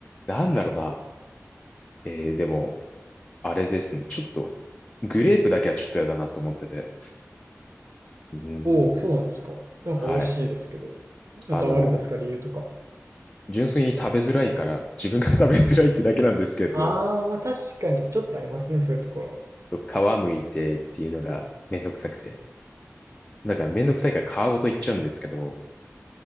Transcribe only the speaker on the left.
なんだろうな。えー、でも、あれですね。ちょっと、グレープだけはちょっとやだなと思ってて。うーん、
はい。
あの、
純粋に食べづらいから、自分が食べづらいってだけなんですけれども、
と皮むいてっていうのがめんどくさくて。だからめんどくさいから皮ごといっちゃうんですけど、